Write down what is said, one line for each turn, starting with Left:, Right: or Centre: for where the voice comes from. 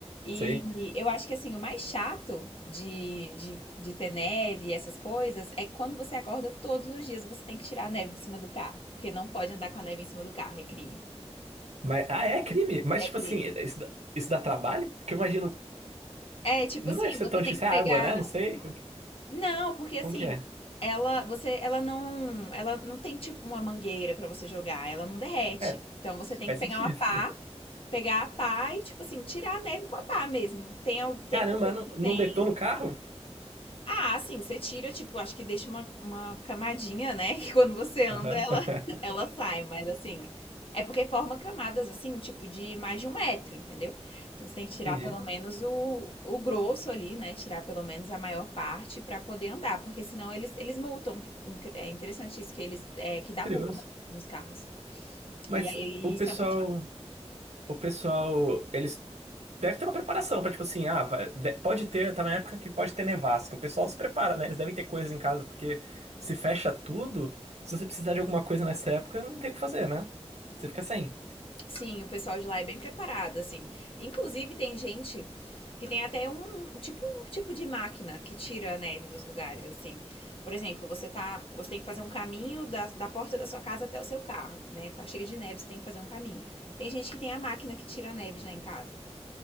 Left: E
Right: Sei.
Left: eu acho que assim, o mais chato de, de, de ter neve e essas coisas é que quando você acorda todos os dias você tem que tirar a neve de cima do carro, porque não pode andar com a neve em cima do carro, é crime.
Right: Mas, ah, é crime? Mas,
Left: É
Right: tipo
Left: crime.
Right: assim, é, isso, dá- isso dá trabalho? Porque eu imagino.
Left: É, tipo
Right: Não
Left: assim,
Right: deve ser
Left: você
Right: tão
Left: tem
Right: difícil.
Left: que pegar
Right: É água, né? Não sei. Como, que
Left: Não, porque assim,
Right: como que é?
Left: ela você ela não ela não tem tipo uma mangueira pra você jogar, ela não derrete.
Right: É,
Left: Então você tem
Right: faz
Left: que pegar
Right: sentido.
Left: uma pá, pegar a pá e tipo assim, tirar a neve com a pá mesmo. Tem al- tem
Right: Caramba,
Left: pessoas
Right: não,
Left: que têm
Right: não detona o carro?
Left: ah, sim, você tira, tipo, acho que deixa uma, uma camadinha, né? <laughs> Que quando você anda,
Right: Aham.
Left: ela,
Right: <laughs>
Left: ela sai, mas assim. É porque forma camadas, assim, tipo, de mais de um metro, entendeu? Então você tem que tirar
Right: Entendi.
Left: pelo menos o, o grosso ali, né? Tirar pelo menos a maior parte pra poder andar, porque senão eles, eles multam. Inc- É interessante isso, que eles, é, que dá
Right: Curioso.
Left: multa nos carros.
Right: Mas
Left: E aí
Right: o pessoal,
Left: isso é muito
Right: o pessoal, eles deve ter uma preparação para tipo assim, ah, vai- de- pode ter, tá na época que pode ter nevasca. O pessoal se prepara, né? Eles devem ter coisas em casa, porque se fecha tudo, se você precisar de alguma coisa nessa época, não tem o que fazer, né? Você fica sem.
Left: Sim, o pessoal de lá é bem preparado, assim. Inclusive, tem gente que tem até um tipo, um tipo de máquina que tira a neve dos lugares, assim. Por exemplo, você tá, você tem que fazer um caminho da, da porta da sua casa até o seu carro, né? Tá cheio de neve, você tem que fazer um caminho. Tem gente que tem a máquina que tira a neve já em casa.